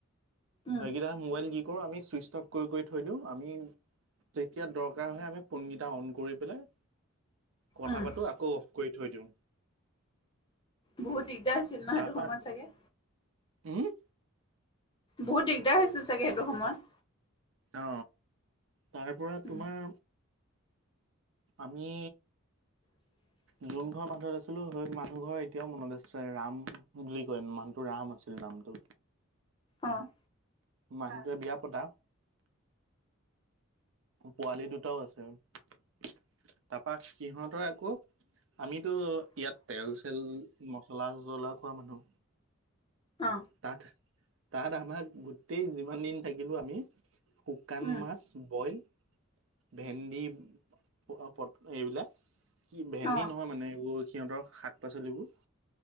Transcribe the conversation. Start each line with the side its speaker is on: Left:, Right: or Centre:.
Left: উম
Right: সেইকেইটা মোবাইল কি কৰোঁ আমি চুইচ অফ কৰি কৰি থৈ দিওঁ আমি যেতিয়া দৰকাৰ হয় আমি ফোন কেইটা অন কৰি পেলাই কথা
Left: উম
Right: পাতো আকৌ অফ কৰি থৈ দিওঁ।
Left: বহুত দিগদাৰ হৈছিল ন
Right: তাৰপা
Left: সেইটো সময়ত চাগে?
Right: উম?
Left: বহুত দিগদাৰ হৈছে চাগে সেইটো সময়?
Right: অ, তাৰ পৰা
Left: উম
Right: তোমাৰ আমি
Left: <unintelligible>
Right: যোন ঘৰ মানুহত আছিলো সেই মানুহ ঘৰ এতিয়াও মনত আছে <unintelligible> ৰাম বুলি কয় মানুহটো ৰাম আছিলে নামটো।
Left: অ',
Right: মানুহটোৱে বিয়া পতা পোৱালি দুটাও আছে তাপা ইহঁতৰ আকৌ আমিতো ইয়াত তেল-চেল মচলা- চচলা খোৱা মানুহ।
Left: অ
Right: তাত-তাত আমাক গোটেই যিমান দিন থাকিলোঁ আমি শুকান
Left: উম
Right: মাছ বইল ভেন্দি <unintelligible> এইবিলা কি ভেন্দি
Left: অ
Right: নহয় মানে এইবোৰ সিহঁতৰ শাক- পাচলিবোৰ